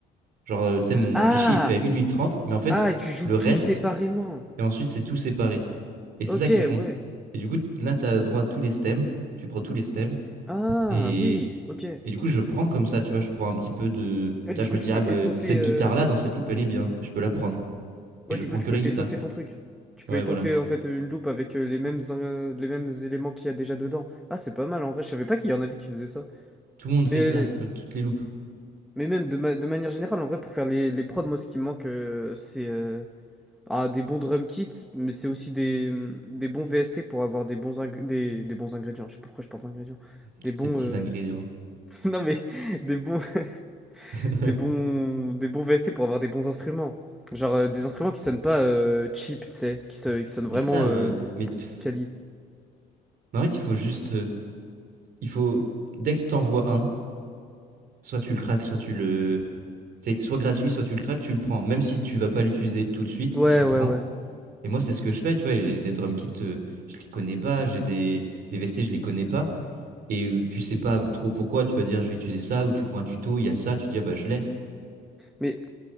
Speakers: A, on the right; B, in the centre.
A: Genre, euh, tu sais, mon, mon
B: Ah!
A: fichier, il fait une minute trente mais en fait,
B: Ah, tu joues
A: le
B: tout
A: reste,
B: séparément.
A: et ensuite, c'est tout séparé. Et c'est
B: Ok,
A: ça qu'ils font.
B: ouais.
A: Et du coup, là, tu as droit à tous les stems. Tu prends tous les stems.
B: Ah,
A: Et,
B: oui, ok. Et
A: et du coup, je prends comme ça, tu vois, je prends un petit peu de... Tu
B: du
A: vois, je
B: coup,
A: me
B: tu
A: dis,
B: peux
A: ah, mais
B: étoffer.
A: cette
B: euh,
A: guitare-là, dans cette loupe, elle est bien. Je peux la prendre.
B: Ouais,
A: Et je
B: du
A: prends
B: coup, tu
A: que
B: peux
A: la guitare.
B: étoffer ton truc. Tu peux
A: Ouais,
B: étoffer
A: voilà.
B: en fait une loupe avec euh, les mêmes, euh, les mêmes éléments qu'il y a déjà dedans. Ah, c'est pas mal en vrai. Je savais pas qu'il y en avait qui faisaient ça.
A: Tout le monde fait
B: Mais,
A: ça, euh, toutes les loupes.
B: mais même de, ma- de manière générale, en vrai, pour faire les, les prods, moi, ce qui me manque, euh, c'est euh, ah, des bons drum kits, mais c'est aussi des, des bons VST pour avoir des bons, ingr- des, des bons ingrédients. Je sais pas pourquoi je parle d'ingrédients. Des
A: c'était
B: bons.
A: petits
B: euh,
A: ingrédients.
B: Non mais <laughs> des bons <laughs>
A: <laughs>
B: des bons des bons VST pour avoir des bons instruments. Genre euh, des instruments qui sonnent pas euh, cheap, tu sais, qui, se- qui sonnent vraiment
A: Mais ça,
B: euh,
A: euh, mais pff,
B: quali.
A: en fait, il faut juste, euh, il faut dès que t'en vois un, soit tu le craques, soit tu le, c'est soit gratuit, soit tu le craques, tu le prends. Même si tu vas pas l'utiliser tout de suite,
B: Ouais,
A: tu le
B: ouais,
A: prends.
B: ouais.
A: Et moi, c'est ce que je fais, tu vois. et J'ai des drum kits, euh, je les connais pas. J'ai des des VST, je les connais pas. Et euh, tu sais pas trop pourquoi. Tu vas dire, je vais utiliser ça, ou tu vois un tuto, il y a ça, tu dis ah bah je l'ai.
B: Mais